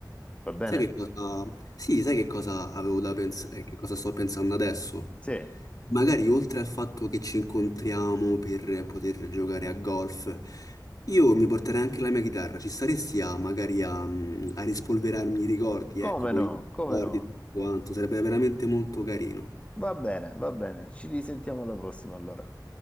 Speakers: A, on the left; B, on the left.
A: Va bene?
B: Sai che cosa? Sì, sai che cosa avevo da pensare, che cosa sto pensando adesso?
A: Sì,
B: Magari oltre al fatto che ci incontriamo per poter giocare a golf, io mi porterei anche la mia chitarra. Ci staresti a magari a, mm, a rispolverarmi i ricordi,
A: come
B: ecco, con
A: no,
B: i ricordi
A: come no.
B: e tutto quanto, sarebbe veramente molto carino.
A: Va bene, va bene, ci risentiamo alla prossima allora.